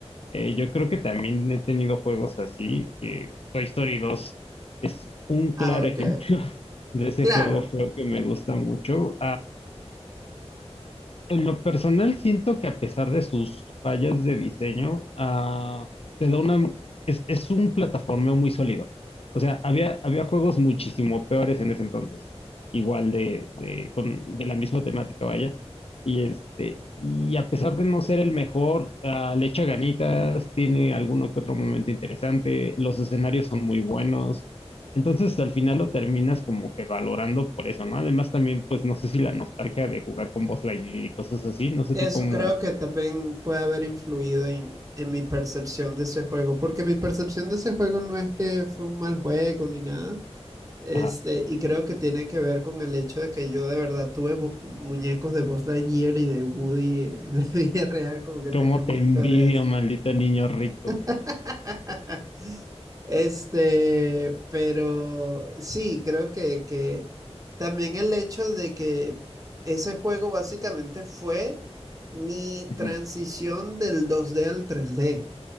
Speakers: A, on the left (about 60°); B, on the right (about 30°).
A: eh, yo creo que también he tenido juegos así, que Toy Story 2 es un claro
B: Ah, ok.
A: ejemplo <laughs> de ese
B: Claro.
A: juego feo que me gusta mucho. En lo personal, siento que a pesar de sus fallas de diseño, ah, te da una, es, es un plataformeo muy sólido. O sea, había, había juegos muchísimo peores en ese entonces, igual de, de, con, de la misma temática, vaya. Y este, y a pesar de no ser el mejor, ah, le echa ganitas, tiene alguno que otro momento interesante, los escenarios son muy buenos, entonces al final lo terminas como que valorando por eso, ¿no? Además también, pues no sé si la nostalgia de jugar con Buzz Lightyear y cosas así, no sé
B: Eso
A: tú cómo,
B: creo que también puede haber influido en, en mi percepción de ese juego, porque mi percepción de ese juego no es que fue un mal juego ni nada, este,
A: ajá,
B: y creo que tiene que ver con el hecho de que yo de verdad tuve bu- muñecos de Buzz Lightyear y de Woody en <laughs> la vida real, como que tenía
A: cómo
B: muñecos
A: te envidio,
B: de eso.
A: maldito niño rico.
B: <laughs> Este, pero sí, creo que, que también el hecho de que ese juego básicamente fue mi
A: Ujú.
B: transición del 2D al 3D,